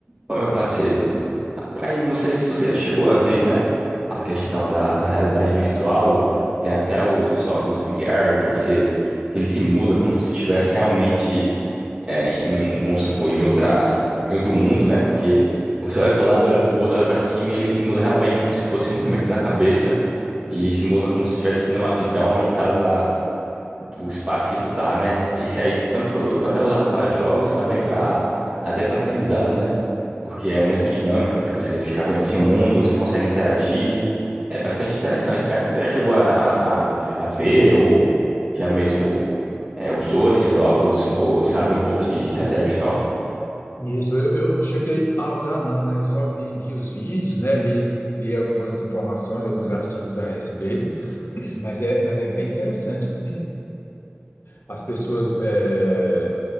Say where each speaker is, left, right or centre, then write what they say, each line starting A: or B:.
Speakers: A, on the right; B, on the left.
A: Bom, meu parceiro, aí não sei se você já chegou a ver, né? A questão da realidade virtual, tem até o- os óculos VR que você, que ele simula como se tu estivesse realmente, é, em, um- vamos supor, em outra, em outro mundo, né? Porque você olha para o lado, olha para o outro, olha para cima e ele simula realmente como se fosse um movimento da cabeça e simula como se estivesse tendo uma visão aumentada da, do espaço que tu tá, né? Isso aí tanto, foi- tanto é usado para jogos também para até para aprendizado, né? porque é muito dinâmico que você fica vendo assim o mundo, você consegue interagir. É bastante interessante, né? Você já chegou a, a, a ouvi- a ver ou já mesmo é, usou esses óculos ou sabe um pouco de realidade virtual?
B: Isso, eu, eu não cheguei a usar, não, né? Eu só vi, vi os vídeos, né? Li, li algumas informações, alguns artigos a respeito, <clears throat> mas é, mas é bem interessante. As pessoas eh,